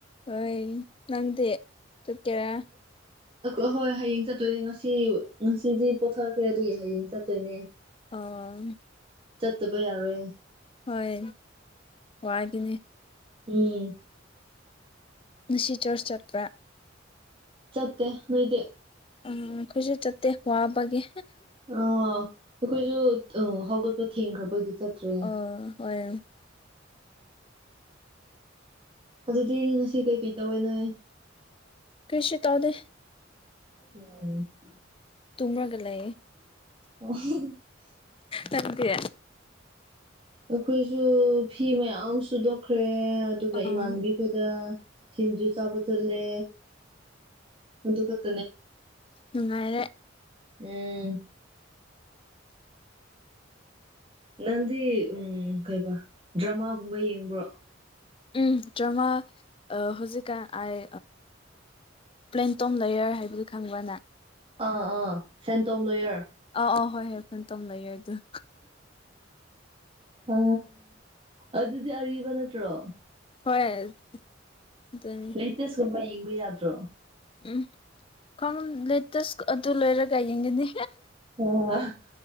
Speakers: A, on the left; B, on the right.
A: ꯍꯣꯏ ꯎ ꯅꯪꯗꯦ ꯆꯠ ꯀꯦꯔ
B: ꯑꯍꯣꯏ ꯍꯌꯦꯡ ꯆꯠꯇꯣꯏꯅꯦ ꯉꯁꯤ ꯉꯁꯤꯗꯤ ꯄꯣꯊꯈ꯭ꯔꯦ ꯑꯗꯨꯒꯤ ꯍꯌꯦꯡ ꯆꯠꯇꯣꯏꯅꯦ
A: ꯑꯥ
B: ꯆꯠꯠꯇꯕ ꯌꯥꯔꯣꯏꯦ
A: ꯍꯣꯏ ꯋꯥꯒꯤꯅꯦ
B: ꯎꯝ
A: ꯉꯁꯤ ꯆꯔꯆ ꯆꯠꯄ꯭ꯔꯥ
B: ꯆꯠꯇꯦ ꯅꯣꯏꯗꯤ
A: ꯎꯝ ꯑꯩꯣꯏꯠꯁꯨꯠ ꯆꯠꯇꯦ ꯋꯥꯕꯒꯤ
B: ꯑ ꯑꯩꯈꯣꯏꯁꯨ ꯍꯧꯒꯠꯄ ꯊꯦꯡꯈ꯭ꯔꯕꯒꯤ ꯆꯠꯇ꯭ꯔꯦ
A: ꯑꯣ ꯍꯣꯏ
B: ꯑꯗꯨꯗꯤ ꯉꯁꯤ ꯀꯩꯀꯩ ꯇꯧꯋꯦꯅꯣ
A: ꯀꯁꯤꯤ ꯇꯧꯗꯦ
B: ꯑꯣ
A: ꯇꯨꯝꯃ꯭ꯔꯒ ꯂꯩꯌꯦ
B: ꯑꯣ
A: ꯅꯪꯗꯤ ꯑꯥ
B: ꯑꯩꯈꯣꯏꯁꯨ ꯐꯤ ꯃꯌꯥꯝ ꯁꯨꯗꯣꯛꯈ꯭ꯔꯦ ꯑꯗꯨꯒ
A: ꯎꯝ
B: ꯏꯃꯥꯟꯅꯕꯤ ꯑꯩꯈꯣꯏꯗ ꯁꯤꯡꯖꯨ ꯆꯥꯕ ꯆꯠꯂꯦ ꯑꯗꯨ ꯈꯛ
A: ꯎꯉꯥꯏꯔꯦ
B: ꯎꯝ ꯅꯪꯗꯤ ꯎꯝ ꯀꯩꯕ ꯗ꯭ꯔꯃꯥꯒꯨꯝꯕ ꯌꯦꯡꯕ꯭ꯔꯣ
A: ꯎꯝ ꯗ꯭ꯔꯃꯥ ꯍꯧꯖꯤꯛꯀꯥꯟ ꯑꯩ ꯄ꯭ꯂꯦꯟꯇꯣꯝ ꯂꯌꯔ ꯍꯥꯏꯕꯗꯨ ꯈꯪꯕꯅ
B: ꯑꯥ ꯑꯥ ꯁꯦꯟ ꯇꯣꯝ ꯂꯣꯣꯌꯔ
A: ꯑꯥ ꯑꯥ ꯍꯣꯏ ꯍꯣꯏ ꯐꯅ ꯇꯧꯝ ꯂꯩꯑꯦ
B: ꯑ ꯑꯗꯨꯗꯤ ꯑꯔꯤꯕ ꯅꯠꯇ꯭ꯔꯣ
A: ꯍꯣꯏ ꯑꯗꯨꯅꯤ
B: ꯂꯦꯇꯦꯁꯀꯨꯝꯕ ꯌꯦꯡꯕ ꯌꯥꯗ꯭ꯔꯣ
A: ꯎꯝ ꯀꯃ ꯂꯩꯦ ꯇꯁ ꯑꯗꯨ ꯂꯣꯏꯔꯒ ꯌꯦꯡꯒꯅꯤ
B: ꯑꯥ